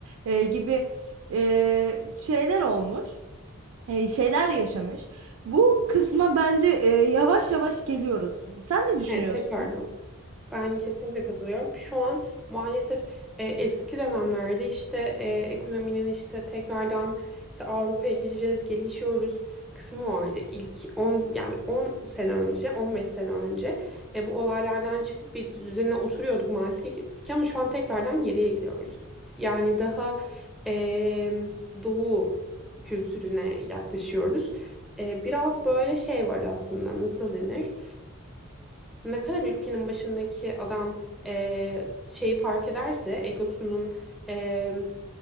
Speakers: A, on the right; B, in the centre.
A: eee, gibi eee, şeyler olmuş. eee, şeyler yaşamış. Bu kısma bence eee, yavaş yavaş geliyoruz. Sen ne düşünüyorsun?
B: Evet, tekrardan. Ben kesinlikle katılıyorum. Şu an maalesef e, eski dönemlerde işte e, ekonominin işte tekrardan işte Avrupa'ya gireceğiz, gelişiyoruz kısmı vardı. İlk 10 yani 10 sene önce, 15 sene önce e, bu olaylardan çıkıp bir düzene oturuyorduk maalesef ki ama şu an tekrardan geriye gidiyoruz. Yani daha e, doğu kültürüne yaklaşıyoruz. E, biraz böyle şey var aslında nasıl denir? Ne kadar ülkenin başındaki adam eee, şeyi fark ederse egosunun eee,